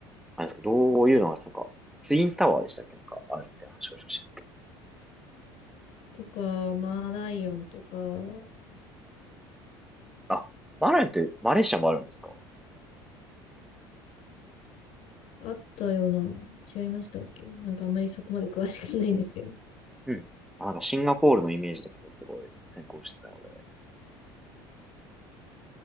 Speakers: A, in the centre; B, on the left (about 65°).
A: あれですけど、どういうのが、なんか、ツインタワーでしたっけなんか、あるみたいな話をして
B: とか、マーライオンとか、
A: た。あ、マレーって、マレーシアもあるんですか
B: あったような、違いましたっけなんかあんまりそこまで詳しくないんですけど。
A: うんうんあ、なんかシンガポールのイメージだけどすごい先行してたので。